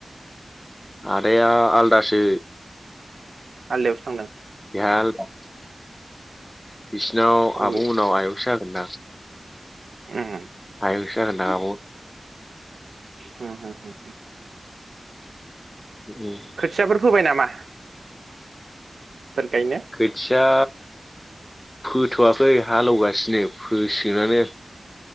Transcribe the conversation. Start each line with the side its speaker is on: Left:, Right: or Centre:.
Left: आदाया आलदासो
Right: आलदायावसो थांदों
Left: आ ओ बिसोरनाव
Right: अबे
Left: आब' मोननाव आयंसो होना
Right: उम
Left: नोंसो जागोनदां आब
Right: हुम हुम हुम
Left: उम
Right: खोथियाफोर फोबाय नामा? गायनो
Left: खोथिया फोथ'वाखै हालेवगासिनो फोसिगोनानो